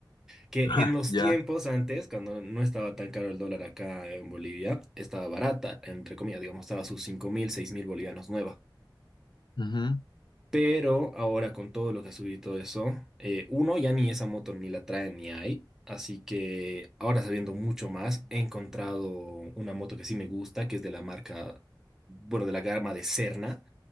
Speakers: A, in the centre; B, on the left (about 65°).
A: Que
B: <laughs>
A: en los
B: Ya.
A: tiempos antes, cuando no estaba tan caro el dólar acá en Bolivia, estaba barata, entre comillas, digamos, estaba a sus cinco mil, seis mil bolivianos nuevas.
B: Ujú,
A: Pero ahora con todo lo que ha subido y todo eso, eh, uno ya ni esa moto ni la trae ni hay. Así que ahora sabiendo mucho más, he encontrado una moto que sí me gusta, que es de la marca, bueno, de la gama de Serna,